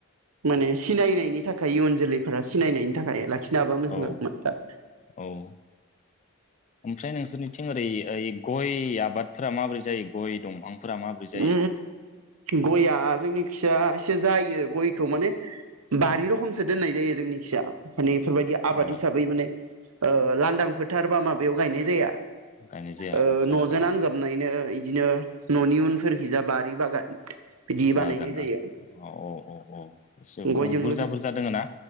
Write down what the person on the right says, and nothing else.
माने सिनायनायनि थाखाय इयुन जोलैफोरा सिनायनायनि थाखाय ला खिनोहाबा मोजां
जागौमोन दा।
उ गया जोंनि खियसा एसे जायो गयखौ माने बारि रखमसो दोननाय जायो जोंनि खियसा माने बेफोरबायदि आबाद
हिसाबै माने ओ लांदां फोथार बा माबायाव गायनाय जाया
ओ
न'जों
नांजाबनायनो। बिदिनो न'नि उनफोरखिजा बारि बागान। बिदि
बानायनाय जायो
गयजों
लोगोसे